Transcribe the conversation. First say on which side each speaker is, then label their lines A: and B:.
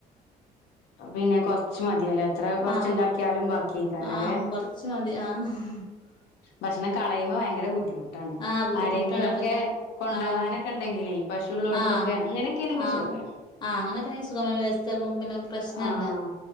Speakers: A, on the left (about 75°); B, on the left (about 25°).
A: പിന്നെ കൊറച്ച് മതിയല്ലോ എത്ര കൊറച്ചുണ്ടാക്കിയാലും
B: ആഹ് കൊ
A: ബാക്കിക്കാറല്ലേ
B: ആഹ് കൊറച്ച് മതി ആഹ്
A: ഭക്ഷണം കളയുമ്പോ ഭയങ്കര ബുദ്ധിമുട്ടാണ്
B: ആഹ് ബുദ്ധിമുട്ടാണ്
A: ആരെങ്കിലുവൊക്കെ
B: അപ്പൊ ഞാൻ
A: കൊണ്ടാകാനൊക്കെ
B: ആഹ്
A: ണ്ടെങ്ങനേ പശുള്ളോടുത്തൊക്കെ
B: ആഹ്
A: അങ്ങനെയൊക്കെയാണെങ്കി
B: ആഹ്
A: സുഖാ
B: ആഹ് അങ്ങനൊക്കെ നി സുഖമായ വ്യവസ്ഥ നേക്കുമ്പോ പിന്നെ പ്രശ്നല്ല
A: ആഹ്